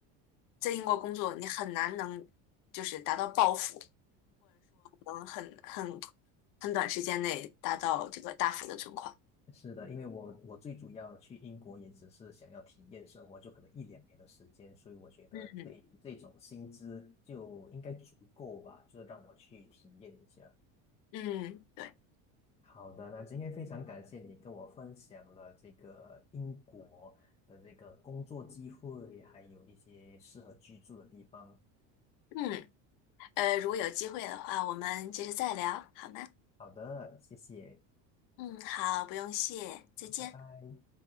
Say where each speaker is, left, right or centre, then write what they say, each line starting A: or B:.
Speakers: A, on the left; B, on the left.
A: 在英国工作，你很难能就是达到暴富，能很很很短时间内达到这个大幅的存款。
B: 是的，因为我我最主要去英国也只是想要体验生活，就可能一两年的时间，所以我觉得这这种薪资就应该足够吧，
A: 嗯，
B: 就是让我去体验一下。
A: 嗯，对，
B: 好的，那今天非常感谢你跟我分享了这个英国的这个工作机会，还有一些适合居住的地方。
A: 嗯，呃，如果有机会的话，我们接着再聊，好吗？
B: 好的，谢谢，
A: 嗯，好，不用谢，再见。
B: 拜拜。